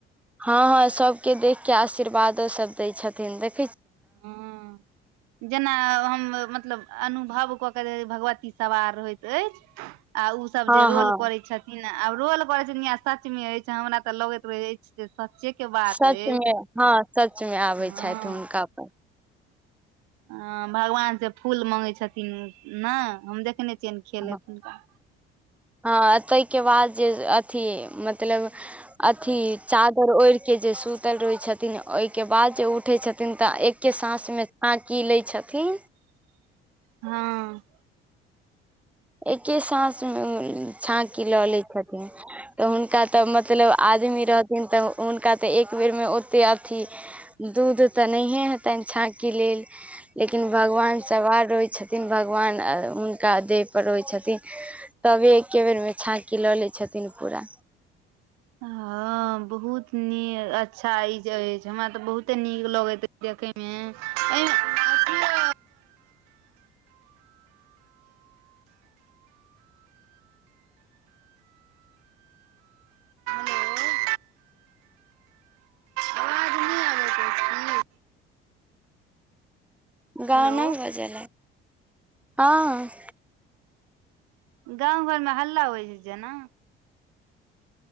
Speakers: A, in the centre; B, on the right (about 70°).
A: हँ हँ सबके देख के आशीर्वादो सब दै छथिन देख
B: हँ जेना हम मतलब अनुभव क क भगवती सवार रहैत अछि आ उ सब
A: हँ
B: जे रोल
A: हँ
B: करै छथि न आब रोल करै छै सच मे रहय छै हमरा त लगैत रहै सच्चे के बात
A: सचमे
B: अछि
A: हँ सचमे आबै
B: हँ
A: छथि हुनका पर
B: हँ भगवान से फूल मंगै छथिन उ न हम देखने छिन खेलैत
A: हँ
B: हुनका
A: हँ तहि के बाद जे अथी मतलब अथी चादर ओड़ि के जे सुतल रहै छथिन ओहिके बाद जे उठै छथि थिन त एके सांस मे आंकी लै छथिन
B: हँ
A: एके सांस मे छाँकी ल लैत छथिन तऽ हुनका तऽ मतलब आद आदमी रहथिन त हुनका त एक बेरमे ओते अथी दूध त नहिहे हेतनि छ छाँकी लेल लेकिन भगवान सवार रहै छथिन भगवान हुनका दे पर रहै छथिन तबे एके बेर मे छाँकी ल लै छथिन पूरा
B: हँ बहुत नी अच्छा ई जे हमरा त बहुते नीक लगैत अछि देखे <unintelligible> कहलियै हेलो आवाज नहि आबैत अछि की
A: गाना
B: हेलो
A: बज ला हँ
B: गाँव घरमे हल्ला होइ छै जेना